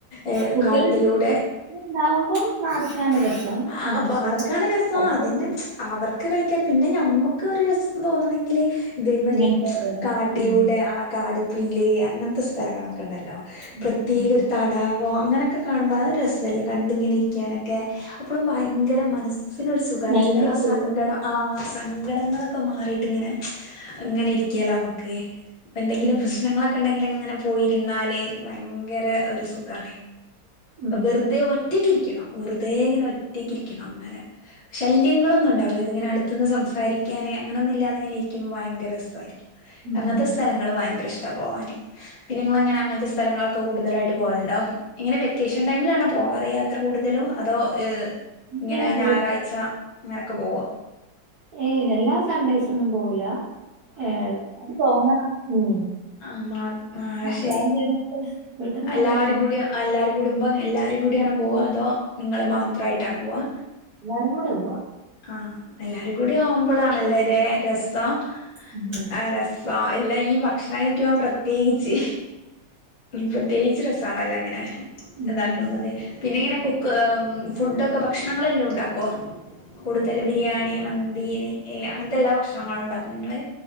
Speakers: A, on the left (about 40°); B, on the right (about 60°).
A: ഏ
B: കുട്ടികള്
A: കാട്ടിലൂടെ
B: ഉണ്ടാവുമ്പം പാർക്കാണ് രസം
A: ആ
B: ഏ, പക്ഷെ
A: പാർക്കാണ് രസം
B: ഒറ്റ
A: അതന്നെ അവർക്ക് കളിക്കാൻ പിന്നെ ഞമ്മക്കൊരു രസം തോന്നണെങ്കില് ഇതേമാതിരി
B: ഇങ്ങനത്തെ ഓരോന്ന്
A: കാട്ടിലൂടെ
B: കാണാം ഉം
A: ആ കാട്, പുല്ല്, അങ്ങനത്തെ സ്ഥലങ്ങളൊക്കെണ്ടല്ലോ
B: ഉം
A: പ്രത്യേക
B: ഉം
A: ഒരു തടാ <unintelligible> അങ്ങനെയൊക്കെ കാണുമ്പൊ അ രസല്ലേ കണ്ടിങ്ങനെ ഇരിക്കാനൊക്കെ അപ്പഴും ഭയങ്കര മനസ്സ് സ്സിനൊരു സുഖാല്ലേ
B: മൈൻഡ്
A: എല്ലാ
B: ഫ്രീ
A: സങ്കടം ആ സങ്കടങ്ങളൊ ക്കമാറീട്ട്ങ്ങനെ അങ്ങനെ ഇരിക്കാല്ലോ നമ്മക്ക് പ്പെന്തെങ്കിലും
B: ഉം
A: പ്രശ്നങ്ങളൊക്കെ ണ്ടെങ്കിലെ ഇങ്ങനെ പോയിരുന്നല് ഭയങ്കര ഒരു സുഖാണ്
B: ഉം
A: വെറുതെ വ ഒറ്റക്കിരിക്കണം വെറുതേങ്ങനെ ഒറ്റക്കിരിക്കണം അങ്ങനെ ശല്യങ്ങളൊന്നുംണ്ടാവര്ത് ഇങ്ങനെ അട്ത്ത്ന്ന് സംസാരിക്ക ന്ക്കാണെ അങ്ങനൊന്നും ല്ലാതെങ്ങനെരിക്കുമ്പോ ഭയങ്കര രസായിരിക്കും
B: ഉം
A: അങ്ങൻത്തെ സ്ഥലങ്ങള് ഭയങ്കരഷ്ട പോവിന് പിന്നെങ്ങളെങ്ങനെ അങ്ങനെത്തസ്ഥലങ്ങളൊക്കെ കൂടുതലായിട്ട് പോവലിണ്ടോ ഇങ്ങനെ വെക്കേഷൻ ടൈമിലാണ് പോകാറിയാ ത്ര കൂടുതലും അതോ ഏ
B: ഇയ്യാണ്
A: ഇങ്ങനെ
B: ഫുള്ള്
A: ഞായറാഴ്ച്ച അങ്ങനൊക്കെ പോവോ.
B: ഏ ഇതെല്ലാ സൺഡേയ്സൊന്നും പോവൂല ഏർ അത് തോന്നണം ഉം.
A: ആ മ് അ് ശെരി
B: പ്ലാൻ ചെയ്തിട്ട് വീട്ടിന്ന്
A: എല്ലാരും
B: എറങ്ങണം
A: കൂടി എല്ലാരും കുടുംബം എല്ലാരും കൂടിയാണോ പോവാ അതോ നിങ്ങള് മാത്രായിട്ടാണോ പോവാ
B: എല്ലാരും കൂടെ പോവാ
A: ആഹ് എല്ലാരും കൂടി ആവുമ്പോളാണല്ലൊരെ രസം
B: ഉം
A: അ രസം എല്ലാ ഈ ഭക്ഷണം ക്കും പ്രത്യേകിച്ച് പ്രത്യേകിച്ച് രസാണല്ലോ അങ്ങനെ
B: ഉം
A: താക്കണം
B: ഉം
A: അതെ പിന്നെങ്ങനെ കുക്ക് എമ് ഫുഡൊക്കെ ഭക്ഷണങ്ങളെല്ലോംണ്ടാക്കോ. കൂടുതല് ബിരിയാണി, മന്തി, നെയ്യ് എല്ല അങ്ങനത്തെ എല്ലാ ഭക്ഷണങ്ങളും ണ്ടാക്കോ നിങ്ങള്.